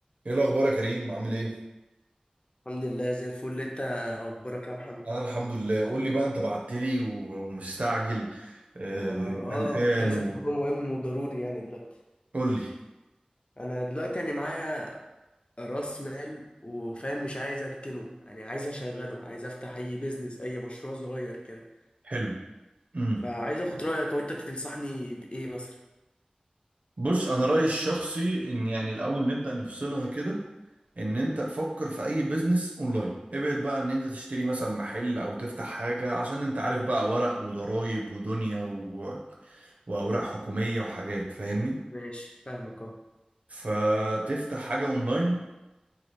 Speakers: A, on the right; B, on the left.
A: ايه الاخبار يا كريم عامل ايه
B: الحمد لله زي الفل انت اخبارك يا محمد
A: انا الحمد لله قول لي بقى انت بعت لي و- ومستعجل آه
B: وانا اه
A: قلقان
B: كنت عايزك
A: و-
B: في موضوع مهم وضروري يعني دلوقتي
A: قول لي
B: انا دلوقتي يعني معايا راس مال وفاهم مش عايز اركنه يعني عايز اشغله عايز افتح اي بيزنس اي مشروع صغير كده
A: حلو امم
B: فعايز اخد رايك او انت تنصحني بايه مثلا
A: بص انا رايي الشخصي ان يعني الاول نبدا نفصلها كده ان انت فكر في اي بيزنس اونلاين ابعد بقى ان انت تشتري مثلا محل او تفتح حاجه عشان انت عارف بقى ورق وضرايب ودنيا و... واوراق حكوميه وحاجات فاهمني
B: ماشي فاهمك اه
A: فتفتح حاجه اونلاين